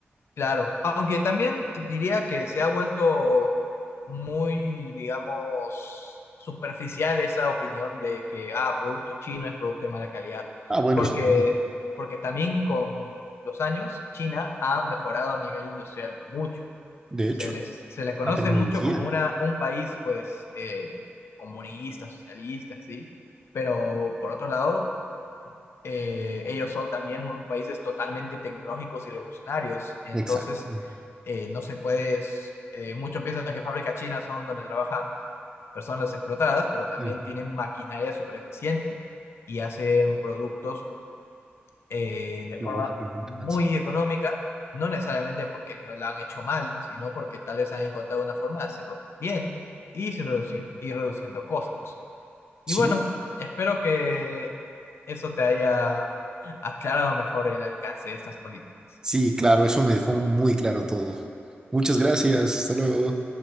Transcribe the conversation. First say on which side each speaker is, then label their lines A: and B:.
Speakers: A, on the left (about 75°); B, on the right (about 15°).
A: Claro, aunque también diría que se ha vuelto muy, digamos, superficial esa opinión de que, ah, producto chino es producto de mala calidad,
B: Ah, bueno,
A: porque,
B: eso también.
A: porque también con los años China ha mejorado a nivel industrial mucho.
B: De
A: Se
B: hecho,
A: les, se les conoce
B: la tecnología.
A: mucho como una, un país, pues, eh, comunista, socialista, sí, pero por otro lado eh, ellos son también unos países totalmente tecnológicos y revolucionarios. Entonces,
B: Exacto.
A: eh, no se puede, s- eh, muchos piensan que fábricas chinas son donde trabajan personas explotadas, pero también
B: eh,
A: tienen maquinaria súper eficiente y hacen productos eh, de
B: Tecnológicamente
A: forma muy
B: avanzado.
A: económica, no necesariamente porque no la han hecho mal, sino porque tal vez han encontrado una forma de hacerlo bien y sin reducir y reduciendo costos. Y
B: Sí,
A: bueno, espero que eso te haya aclarado mejor el alcance de estas políticas.
B: sí, claro, eso me dejó muy claro todo. Muchas gracias. Hasta luego.